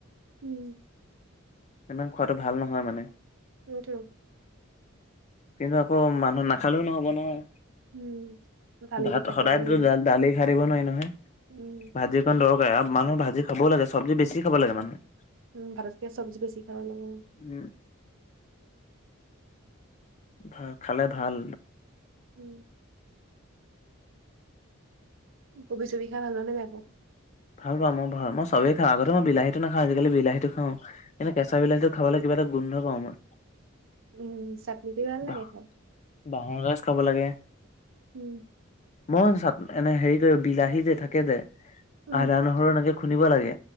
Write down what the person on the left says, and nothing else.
ইমান খোৱাটো ভাল নহয় মানে
কিন্তু আকৌ মানুহ নাখালেও নহ'ব নহয়
াত
সদায়ো
দালি খাৰ দিব নোৱাৰি নহয়
ভাজিৰ কাৰণ দৰকাৰ আৰু মানুহ ভি খাবও লাগে চবজি বেছি খাব লাগে মানুে
উ ভ খালে ভাল
ভাল পাও মই ঘৰত মই চবেই খা আগতে মই বিলাহীটো নাওঁ আজিকালি বিলাহীটো খাওঁ। এনে কেঁচালাহীটো খাবলে কিবা এটা গোন্ধ পাওঁ মই,
বাহ
বাঁহৰ গাজ খাব লাগে।
মই এনে হেৰি যে বিলাহী যে থাকে যে
আদা নহৰু এনেকে খুন্দিব লাগে